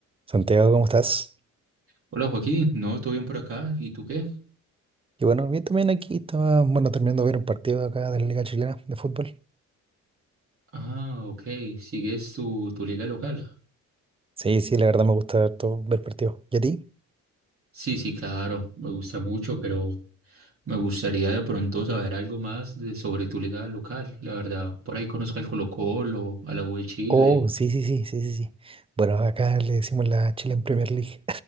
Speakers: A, on the right; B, on the right.
A: Santiago, ¿cómo estás?
B: Hola Joaquín, no, todo bien por acá. ¿Y tú qué?
A: Y bueno, bien también aquí estaba, bueno, terminando de ver un partido acá de la Liga Chilena de fútbol.
B: Ah, ok, ¿sigues tu, tu liga local?
A: Sí, sí, la verdad me gusta harto ver partidos. ¿Y a ti?
B: Sí, sí, claro, me gusta mucho, pero me gustaría de pronto saber algo más de, sobre tu liga local. La verdad, por ahí conozco al Colo-Colo, a la U de Chile.
A: Oh, sí, sí, sí, sí, sí, sí. Bueno, acá le decimos la Chilean Premier League.